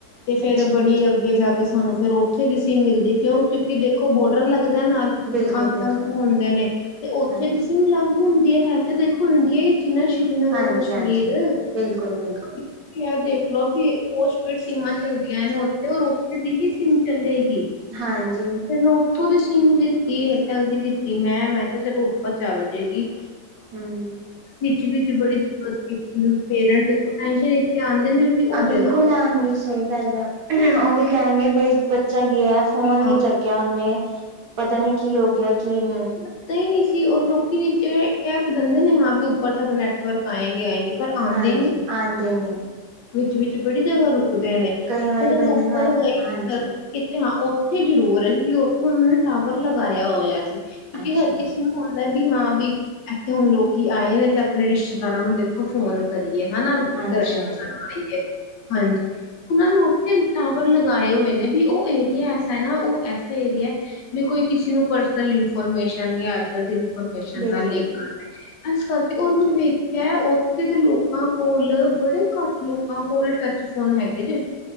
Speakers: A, on the left; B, on the right.
A: ਤੇ ਫੇਰ
B: ਅੱਛਾ ਜੀ
A: ਬੜੀ ਅੱਗੇ ਜਾ ਕੇ ਸਾਨੂੰ ਫੇਰ ਉੱਥੇ ਦੀ ਸੀਮ ਮਿਲਦੀ ਕਿਉਂ ਕਿਉਂਕਿ ਦੇਖੋ ਬੋਡਰ ਲੱਗਦਾ ਨਾਲ।
B: ਬਿਲਕੁਲ
A: ਆਤੰਕ
B: ਬਿਲਕੁਲ
A: ਹੁੰਦੇ ਨੇ ਤੇ ਉੱਥੇ
B: ਹਾਂਜੀ
A: ਦੀ ਸਿੰਮ ਅਲੰਗ ਹੁੰਦੀ ਹੈ ਤੇ ਦੇਖੋ ਇੰਡੀਆ ਚੀ ਨਾ ਸ਼੍ਰੀਨਗਰ
B: ਹਾਂਜੀ
A: ਕਸ਼ਮੀਰ।
B: ਹਾਂਜੀ
A: ਤੁਸੀਂ
B: ਬਿਲਕੁਲ ਬਿਲਕੁਲ
A: ਇਹ ਦੇਖਲੋ ਵੀ ਪੋਸਟਪੇਡ ਸੀਮਾਂ ਚੱਲਦੀਆਂ ਨੇ ਉੱਥੇ ਔਰ ਉੱਥੇ ਦੀ ਹੀ ਸੀਮ ਚੱਲੇਗੀ।
B: ਹਾਂਜੀ।
A: ਮੈ ਉੱਥੋਂ ਦੀ ਸਿਮ ਲਿੱਤੀ ਏਅਰਟੈਲ ਦੀ ਲਿੱਤੀ ਮੈਂ। ਮੈਂ ਕਿਹਾ ਚਲੋ ਉਪਰ ਚੱਲ ਜਏਗੀ।
B: ਹੂੰ
A: ਵਿੱਚ ਵਿਚ ਬੜੀ ਦਿੱਕਤ ਕੀਤੀ। ਪੇਰੈਂਟਸ ਦੇਖੋ ਟੈਸ਼ਨ ਚ ਤੇ ਆਉਂਦੇ ਨੇ ਵੀ ਉਹ
B: ਆਹ ਬਿਲਕੁਲ
A: ਜਗ੍ਹਾ
B: ਰਹਣਗੇ, ਸਹੀ ਗੱਲ ਹੈ। ਉਹ ਵੀ ਕਹਿਣਗੇ ਬਈ ਬੱਚਾ ਗਿਆ ਫੋਨ ਨੀ
A: ਹਾਂ,
B: ਚੱਕਿਆ ਉਹਨੇ, ਪਤਾ ਨੀ ਕੀ ਹੋ ਗਿਆ ਕੀ ਨਹੀ।
A: ਪਤਾ ਹੀ ਨਹੀਂ ਸੀ, ਉਹ ਲੋਕੀ ਵੀ ਕਹਿ ਤੇ ਦਿੰਦੇ ਨੇ ਹਾਂ ਵੀ ਉੱਪਰ ਤੱਕ ਨੈਟਵਰਕ ਆਏਂਗੇ, ਆਏਂਗੇ ਪਰ ਆਉਂਦੇ
B: ਹਾਂਜੀ
A: ਨੀ।
B: ਆਂਦੇ ਨੇ
A: ਵਿੱਚ ਵਿਚ ਬੜੀ ਜਗਾ ਰੁਕਦੇ ਨੇ।
B: ਕਈ ਵਾਰੀ
A: ਜਦ
B: ਬੰਦੇ
A: ਉੱਪਰ
B: ਨੂੰ
A: ਗਏ
B: ਹਾਂਜੀ
A: ਤੇ ਹਾਂ ਉੱਥੇ <unintelligible> <unintelligible> ਉੱਥੋਂ ਉਹਨਾ ਨੇ ਟਾਵਰ ਲਗਾਇਆ ਹੋਇਆ ਸੀ ਕਿਉਂਕਿ
B: ਅੱਛਾ
A: ਹਰ
B: ਜੀ
A: ਕਿਸੇ ਨੂੰ ਹੁੰਦਾ ਵੀ ਹਾਂ ਵੀ ਇੱਥੇ ਹੁਣ ਲੋਕੀ ਆਏ ਨੇ ਤੇ ਆਪਣੇ ਰਿਸ਼ਤੇਦਾਰਾਂ ਨੂੰ ਦਿੱ ਫੋਨ ਕਰੀਏ ਹਨਾ
B: ਹਾਂਜੀ
A: ਦਰਸ਼ਨ
B: ਹਾਂਜੀ
A: ਕਰਵਾਈਏ ਹਾਂਜੀ। ਉਹਨਾਂ ਨੂੰ ਉਥੇ ਟਾਵਰ ਲਗਾਏ ਹੋਏ ਨੇ ਵੀ ਉਹ ਏਰੀਆ ਐਸਾ ਨਾ ਉਹ ਐਸਾ ਏਰੀਆ ਕੋਈ ਕਿਸੇ ਨੂੰ ਪਰਸਨਲ ਇਨਫੋਰਮੇਸ਼ਨ <unintelligible> ਇਨਫੋਰਮੇਸ਼ਨ
B: ਬਿਲਕੁਲ
A: <unintelligible>
B: ਬਿਲ
A: ਇਸ ਕਰਕੇ <unintelligible> ਵੇਖਿਆ ਉੱਥੇ ਦੇ ਲੋਕਾਂ ਕੋਲ ਬੜੇ ਘੱਟ ਲੋਕ ਕੋਲ ਟੱਚ ਫੋਨ ਹੈਗੇ ਜੇ।